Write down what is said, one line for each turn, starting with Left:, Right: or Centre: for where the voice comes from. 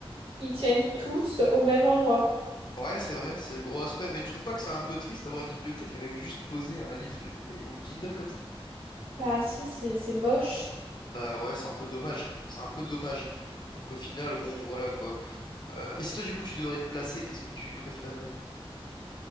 Right: Ils tiennent tous au même endroit.
Left: Ouais, c'est vrai, c'est le gros aspect. Mais tu trouves pas que c'est un peu triste d'avoir une bibliothèque avec juste poser un livre et une Kindle comme ça?
Right: Bah, si, c'est c'est moche.
Left: Bah ouais, c'est un peu dommage. C'est un peu dommage. Donc au final, bon, voilà quoi. Euh, mais si toi, du coup, tu devrais te placer, qu'est-ce que tu préférerais?